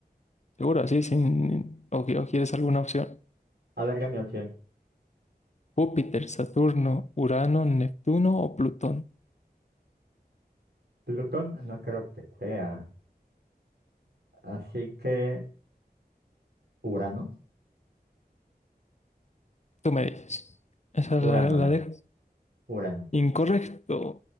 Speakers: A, on the left; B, on the right.
A: seguro, así sin... O, qui- o quieres alguna opción.
B: A ver, dame opción.
A: Júpiter, Saturno, Urano, Neptuno o Plutón.
B: Plutón no creo que sea. Así que Urano.
A: Tú me dices. Esa
B: Urano,
A: la, la
B: a ver,
A: dejas.
B: Urano.
A: Incorrecto.